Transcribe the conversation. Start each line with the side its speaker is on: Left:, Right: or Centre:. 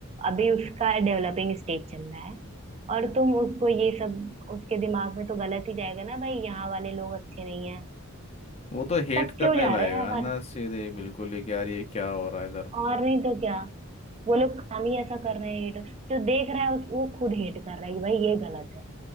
Right: अभी उसका
Left: वो
Right: डेवलपिंग स्टेज चल रहा है और तुम उसको ये सब उसके दिमाग में तो गलत ही जाएगा ना भाई यहाँ वाले लोग अच्छे नहीं है
Left: वो तो हेट
Right: सब क्यों
Left: करने
Right: जा
Left: लगेगा
Right: रहे हैं हमारे
Left: ना सीधे बिल्कुल ही कि यार ये क्या हो रहा है इधर
Right: और नहीं तो क्या वो लोग काम ही ऐसा कर रहे हैं ये तो जो देख रहा है उस- वो खुद हेट कर रहा है कि भाई ये गलत है